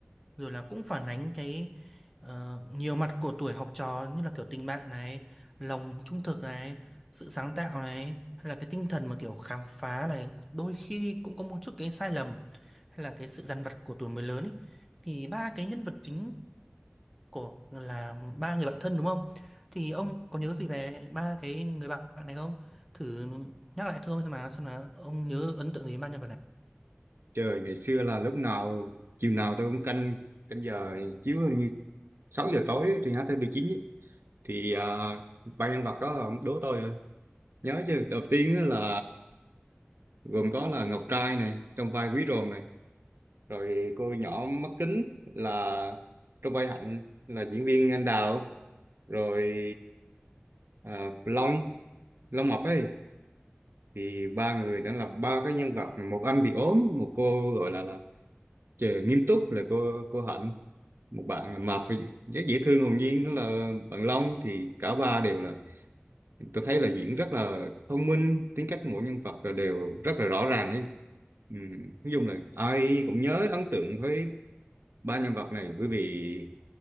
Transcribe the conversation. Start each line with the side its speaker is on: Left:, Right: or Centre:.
Centre: rồi là cũng phản ánh cái ờ, nhiều mặt của tuổi học trò như là kiểu tình bạn này, lòng trung thực này, sự sáng tạo này hay là cái tinh thần mà kiểu khám phá này, đôi khi cũng có một chút cái sai lầm hay là cái sự dằn vặt của tuổi mới lớn ấy. Thì ba cái nhân vật chính của là ba người bạn thân đúng không? Thì ông có nhớ gì về ba cái người bạn này không? Thử nhắc lại thôi xem nào xem là ông nhớ ấn tượng gì về ba nhân vật này.
Right: Trời, ngày xưa là lúc nào chiều nào tôi cũng canh canh giờ chiếu hình như 6 giờ tối ấy, trên htv chín ấy. Thì à, ba nhân vật đó là ông đố tôi à. Nhớ chứ, đầu tiên á là gồm có là Ngọc Trai này trong vai Quý Ròm này, rồi cô nhỏ mắt kính là trong vai Hạnh là diễn viên Anh Đào rồi à, Long Long Mập ấy thì ba người đã là ba cái nhân vật một anh thì ốm một cô gọi là là trời, nghiêm túc là cô cô Hạnh một bạn là mập thì rất dễ thương hồn nhiên đó là bạn Long thì cả ba đều là tôi thấy là diễn rất là thông minh tính cách mỗi nhân vật là đều rất là rõ ràng ấy ừ. nói chung là ai cũng nhớ ấn tượng với ba nhân vật này bởi vì